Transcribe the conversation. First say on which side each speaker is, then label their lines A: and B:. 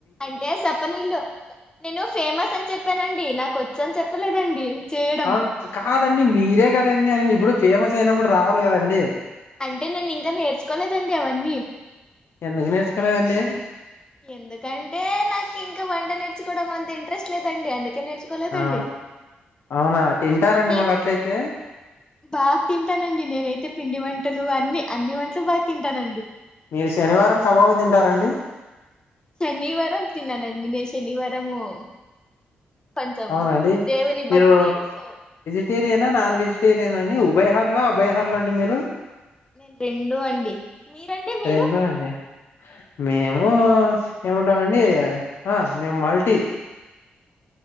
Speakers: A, on the left; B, on the left.
A: అంటే సప్పనీళ్లు నేను ఫేమస్ అని చెప్పానండి నాక వచ్చ అని చెప్పలేదండి చేయడం
B: అవును కాదండి మీరే కదండి అయన ఇప్పుడు ఫేమస్ అయినప్పుడు రావాలి కదండి
A: అంటే నేను ఇంకా నేర్చుకోలేదండి అవన్నీ
B: ఎందుకు నేర్చుకోలేదండి
A: ఎందుకంటే నాకు ఇంకా వంట నేర్చుకోవడం అంత ఇంట్రెస్ట్ లేదండి అందుక కె నేర్చుకోలేదండి
B: ఆ అవునా తింటారండి
A: మీరు
B: మళ్ళ అట్లయితే
A: బాగా తింటానండి నేనైతే పిండి వం ట్టలు అన్ని అన్ని వంటలు బాగా తింటానండి
B: మీరు శనివారం కబబ్ తింటారండి
A: శనివారంం తిననండి నే శనివారము కొంచెం
B: అవునండి
A: దేవుని
B: మీరు
A: భక్తి సో
B: వెజిటేరియనా నాన్ వెజిటేరియన్ అండి ఉభయ హార్ల అభయ హార్ల అండి మీరు
A: నేను రెండు అండి మీరండి మీరు
B: రెండు అండి మేము ఏమంటామండి ఆ మేము మల్టీ